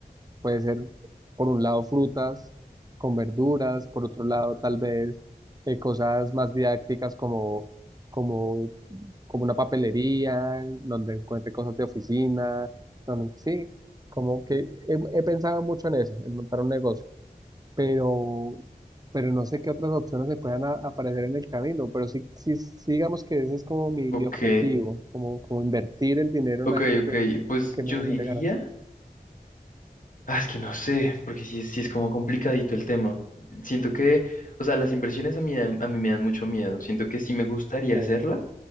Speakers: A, on the right; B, on the left.
A: puede ser por un lado frutas con verduras, por otro lado tal vez eh, cosas más didácticas como como como una papelería, donde encuentre cosas de oficina, donde, sí, como que he, he pensado mucho en eso, en montar un negocio, pero, pero no sé qué otras opciones se puedan a- aparecer en el camino, pero sí, sí, sí digamos que ese es como mi,
B: Ok,
A: mi objetivo, como, como invertir el dinero
B: ok,
A: en algo que,
B: ok. Pues
A: que
B: yo
A: me genere
B: diría,
A: ganancias.
B: ah, es que no sé, porque sí, es- sí es como complicadito el tema. Siento que, o sea, las inversiones a mí, dan- a mí me dan mucho miedo. Siento que sí me gustaría
A: Sí,
B: hacerla,